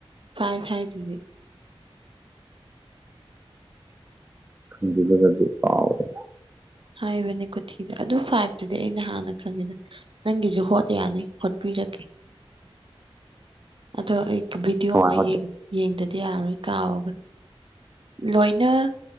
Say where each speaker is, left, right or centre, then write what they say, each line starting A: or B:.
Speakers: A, on the right; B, on the right.
A: ꯐꯥꯏꯕ ꯍꯥꯏꯗꯨꯗꯤ
B: ꯈꯪꯗꯦ ꯑꯗꯨꯒꯗꯤ ꯀꯥꯑꯣꯔꯦ
A: ꯍꯥꯏꯕꯅꯦ ꯀꯨꯊꯤꯗ ꯑꯗꯨ ꯐꯥꯏꯚꯇꯨꯗꯤ ꯑꯩꯅ ꯅꯥꯍꯥꯟꯅ ꯈꯪꯉꯦꯗ ꯅꯪꯒꯤꯁꯨ ꯍꯣꯠ ꯌꯥꯅꯤ ꯍꯧꯠꯄꯤꯔꯛꯀꯦ ꯑꯗꯣ ꯑꯩ ꯚꯤꯗꯤꯑꯣ
B: ꯀꯃꯥꯏ
A: ꯑꯃ
B: ꯍꯣꯠ
A: ꯌꯦꯡꯗꯗꯤ ꯌꯥꯔꯔꯣꯏ ꯀꯥꯎꯈ꯭ꯔꯦ ꯂꯣꯏꯅ